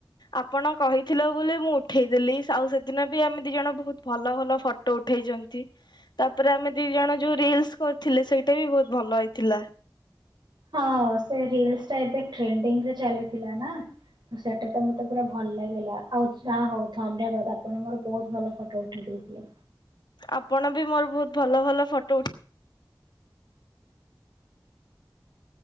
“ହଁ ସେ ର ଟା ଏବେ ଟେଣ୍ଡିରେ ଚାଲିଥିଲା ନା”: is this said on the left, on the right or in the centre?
Right